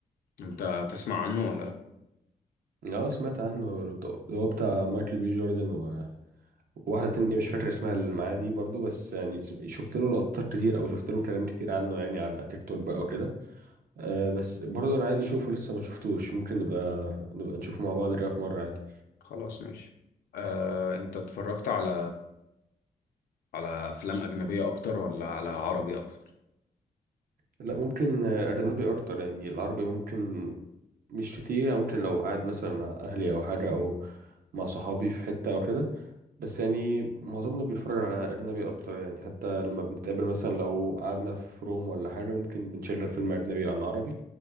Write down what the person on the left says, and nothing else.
انت تسمع عنه ولا لا
خلاص ماشي آه، انت اتفرجت على على افلام اجنبية اكتر ولا على عربي اكتر